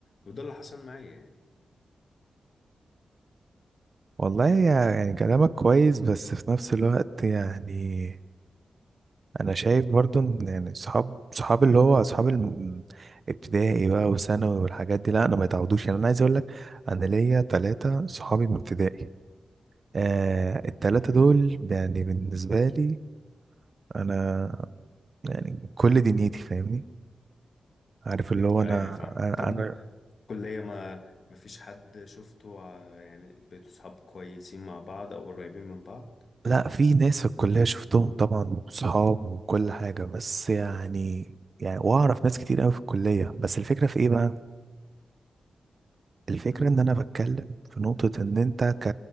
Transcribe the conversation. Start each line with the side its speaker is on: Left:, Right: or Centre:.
Left: وده اللي حصل معايا يعني
Right: والله يا- يعني كلامك كويس بس في نفس الوقت يعني انا شايف برضو ان يعني صحاب صحاب اللي هو صحاب الم- ابتدائي بقى وثانوي والحاجات دي لا انا ما يتعودوش يعني انا عايز اقول لك انا ليا ثلاثة صحابي من ابتدائي آه الثلاثة
Left: امم
Right: دول يعني بالنسبة لي انا يعني كل دنيتي فاهمني عارف اللي هو انا
Left: ايوه فاهمك طب
Right: انا
Left: كلية ما ما فيش حد شفته ع- يعني بقيتوا صحاب كويسين مع بعض أو قريبين من بعض
Right: لا في ناس في الكلية شفتهم طبعا وصحاب وكل حاجة بس يعني يعني واعرف ناس كتير قوي في الكلية بس الفكرة في ايه بقى الفكرة
Left: مم.
Right: ان انا بتكلم في نقطة ان انت ك...